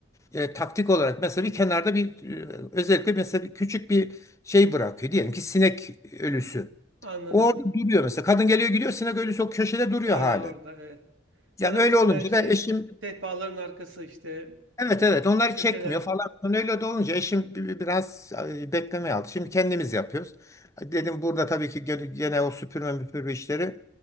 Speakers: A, on the left; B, on the right.
A: e, taktik olarak mesela bir kenarda bir e, özellikle mesela bir küçük bir şey bırakıyor. Diyelim ki sinek ölüsü.
B: anladım.
A: O Orada
B: Hmm.
A: duruyor mesela. Kadın geliyor gidiyor sinek ölüsü o köşede duruyor
B: Hala
A: hali.
B: orada evet.
A: Yani
B: Ya da
A: öyle
B: mesela
A: olunca
B: işte
A: da eşim
B: sehpaların arkası işte
A: evet evet onları
B: köşeler.
A: çekmiyor falan. filan. Öyle de olunca eşim bi- bi- biraz e, beklemeye aldı. Şimdi kendimiz yapıyoruz. Dedim burada tabii ki gene gene o süpürme müpürme işleri